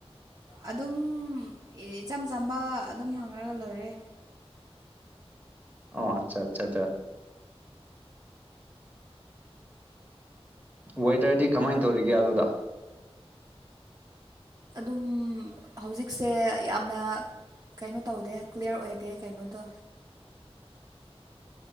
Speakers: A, on the right; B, on the right.
A: ꯑꯗꯨꯝ ꯏꯆꯝ ꯆꯝꯕ ꯑꯗꯨꯝ ꯍꯥꯡꯉꯒ ꯂꯣꯏꯔꯦ
B: ꯑꯣ ꯑꯠꯆꯥ ꯑꯆꯥꯆꯥ ꯑꯆꯥ ꯋꯦꯗꯔꯗꯤ ꯀꯃꯥꯏꯅ ꯇꯧꯔꯤꯒꯦ ꯑꯗꯨꯗ
A: ꯑꯗꯨꯝ ꯍꯧꯖꯤꯛꯁꯦ ꯌꯥꯝꯅ ꯀꯩꯅꯣ ꯇꯧꯗꯦ ꯀ꯭ꯂꯤꯌꯥꯔ ꯑꯣꯏꯗꯦ ꯀꯩꯅꯣꯗꯣ